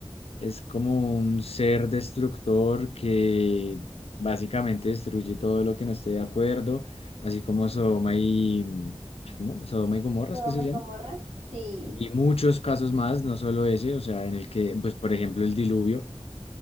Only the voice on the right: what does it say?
Sodoma
y Gomorra, sí.